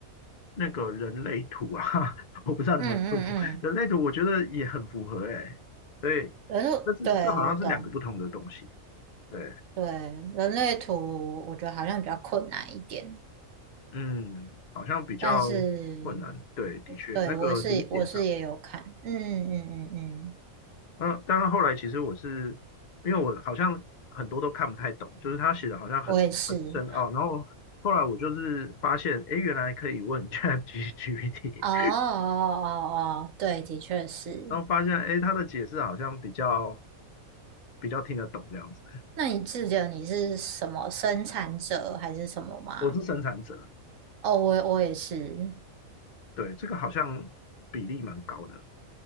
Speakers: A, on the left; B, on the right.
A: 那个人类图啊，<laughs> 我不知道你们有没有做过人类图，
B: 嗯嗯嗯，
A: 我觉得也很符合诶、以
B: 人类，
A: 但是这好像是两个不同的东西，
B: 对，我懂，
A: 对，
B: 对，人类图我觉得好像比较困难一点，
A: 嗯，好像比较
B: 但是
A: 困难，对，的确那个理解上，
B: 对我是我是也有看，嗯嗯嗯嗯，
A: 嗯、呃当然后来其实我是因为我好像很多都看不太懂，就是他写的好像很很深奥，
B: 我也是，
A: 然后后来我就是发现，诶，原来可以问 <laughs> ChatGPT，
B: 哦哦哦哦，哦对，的确是。
A: 然后发现，哎，他的解释好像比较比较听得懂这样子。
B: 那你记得你是什么生产者还是什么吗？
A: 我是生产者，
B: 哦，我我也是，
A: 对，这个好像比例蛮高的。